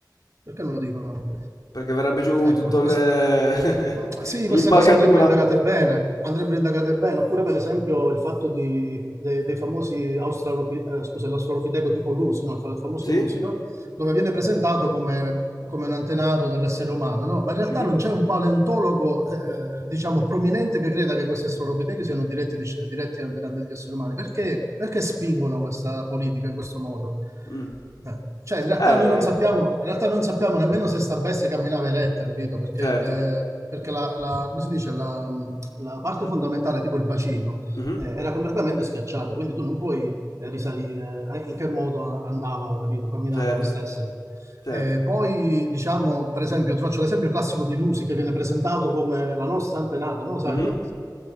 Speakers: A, on the right; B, on the left.
A: Perché non lo dicono?
B: Perché verrebbe giù tutto
A: Ecco,
B: le-
A: queste-
B: <laughs>
A: sì,
B: l'impalcatura.
A: queste cose andrebbero indagate bene, andrebbero indagate bene, oppure per esempio il fatto di- de- dei famosi australopi- eh, scusa, l'australopiteco tipo Lusi, no? Il fa- il famoso
B: Sì?
A: Lusi, no? dove viene presentato come, come un antenato dell'essere umano, no? ma in realtà
B: Mhm.
A: non c'è un paleontologo, eh, diciamo, prominente che creda che questi australopitechi siano diretti, dic- diretti antenati degli esseri umani. Perché, perché spingono questa politica in questo modo?
B: Mm.
A: Eh, Cioè, in realtà
B: Eh,
A: noi non sappiamo, in realtà non sappiamo nemmeno se sta bestia camminava eretta, capito? Perché,
B: certo.
A: eh, perché la, la- come si dice, la, la parte fondamentale, tipo il bacino,
B: Mhm.
A: eh, era completamente schiacciato, quindi tu non puoi eh, risalire eh, in che modo andava, capito, camminava
B: Certo,
A: quest'essere.
B: certo.
A: Eh, poi, diciamo, per esempio, ti faccio l'esempio classico di Lucy che viene presentato come la nostra antenata, no? Sai,
B: Mhm.
A: no?